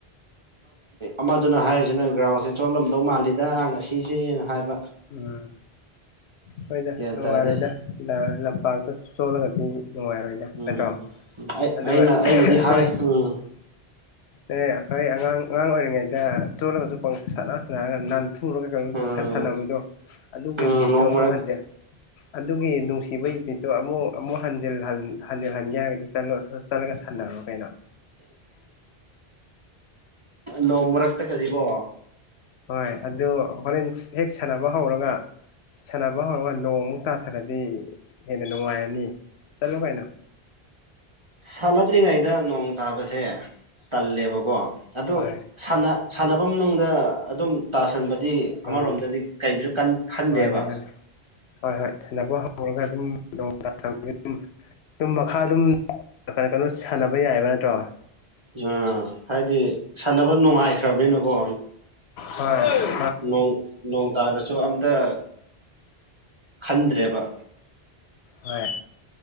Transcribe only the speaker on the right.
ꯑꯃꯗꯨꯅ ꯍꯥꯏꯔꯤꯁꯤꯅ ꯒ꯭ꯔꯥꯎꯟꯁꯦ ꯆꯣꯠꯂꯝꯗꯧ ꯃꯥꯜꯂꯤꯗ ꯉꯁꯤꯁꯦꯅ ꯍꯥꯏꯕ
ꯒ꯭ꯌꯥꯟ
ꯇꯥꯗꯦ
ꯎꯝ
ꯑꯩ
ꯑꯩꯅ ꯑꯩꯅꯗꯤ
ꯍꯥꯏ ꯎꯝ
ꯎꯝ
ꯎꯝ
ꯅꯣꯡ
ꯃꯔꯛ
ꯅꯣꯡ ꯃꯔꯛꯇꯛ ꯀꯁꯤꯕꯣ
ꯁꯥꯟꯅꯗ꯭ꯔꯤꯉꯩꯗ ꯅꯣꯡ ꯇꯥꯕꯁꯦ ꯇꯜꯂꯦꯕꯀꯣ ꯑꯗꯣ
ꯁꯥꯟꯅꯕ ꯃꯅꯨꯡꯗ ꯑꯗꯨꯝ ꯇꯥꯁꯟꯕ
ꯑꯃꯔꯣꯝꯗꯗꯤ ꯀꯩꯁꯨ ꯈꯟꯗꯦꯕ
ꯑꯥ ꯍꯥꯏꯗꯤ ꯁꯥꯟꯅꯕ ꯅꯨꯡꯉꯥꯏꯈ꯭ꯔꯕꯅꯤꯅꯀꯣ
ꯅꯣꯡ ꯅꯣꯡ ꯇꯔꯦ ꯁ ꯑꯇ ꯈꯟꯗ꯭ꯔꯦꯕ